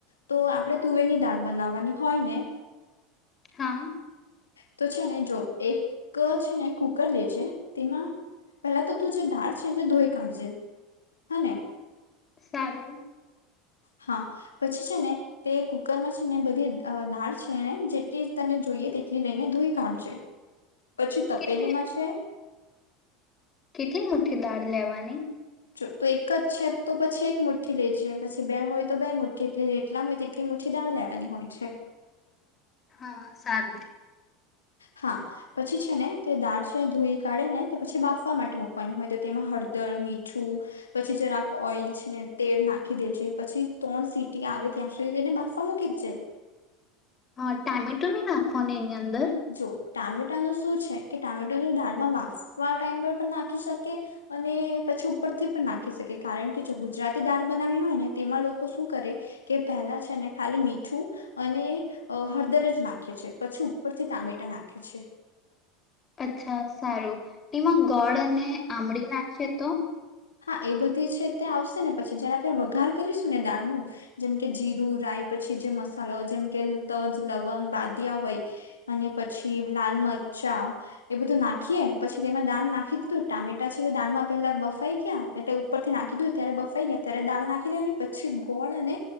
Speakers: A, on the left; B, on the left.
A: તો આપણે તુવેરની દાળ બનાવવાની હોય ને
B: હા
A: તો છે ને જો એક છે ને કુકર લેજે તેમાં પેલા તો તું જે દાળ છે ને તે ધોઈ કાઢજે, હ ને?
B: સારું.
A: હા પછી છે ને, તે કુકરમાં છે ને, બધી અ દાળ છેને જેટલી તને જોઈએ તેટલી લઈને ધોઈ <unintelligible> પછી તપેલીમાં
B: કેટલી
A: છે
B: કેટલી મુઠી દાળ લેવાની??
A: જો તો એક જ છે તો પછી એક મુઠ્ઠી લેજે, પછી બે હોય તો બે મુઠ્ઠી, એટલે જેટલા હોય તેટલી મુઠ્ઠી દાણ લેવાની હોય છે.
B: હા, સારું.
A: હા પછી છે ને, તે દાળ છે ધોઈ કાઢે ને તો પછી બાફવા માટે મુૂકવાની હોય તો તેમાં હળદર, મીઠું, પછી જરાક ઓઈલ છે ને તેલ નાખી દેજે પછી તોળ સીટી આવે ત્યાં સુધી તેને બાફવા મૂકી જ જે.
B: હ, તામેટુ નિ નાખવાનુ એની અંદર
A: જો, ટામેટાનું શું છે, કે ટામેટુ તું દાળમાં વાફવા ટાઈમ પર પણ નાખી શકે અને પછી ઉપરથી પણ નાખી શકે, કારણ કે જો ગુજરાતી દાળ બનાવી હોય ને તેમાં લોકો શું કરે, કે પહેલા છેને ખાલી મીઠું અને હળદર જ નાખે છે, પછી ઉ પર થી તામેટા નાખે છે.
B: અચ્છા સારું, એમાં ગોળ અને આમડી નાખીએ તો?
A: હા એ બધી છે તે આવશે ને પછી જ્યારે આપણે વઘાર કરીશું ને દાળનું જેમ કે જીરું, રાય, પછી જે મસાલો જેમ કે તજ, લવંગ, બાદિયા હોય અને પછી લાલ મરચા એ બધું નાખીએ પછી તેમાં દાળ નાખી દીધું, ટામેટા છે દાળમાં પેલા બફાઈ <unintelligible> એ તે ઉપરથી નાખી દઉ ત્યારે બફાઈ ગયા ત્યારે દાળ નાખી દે પછી ગોળ અને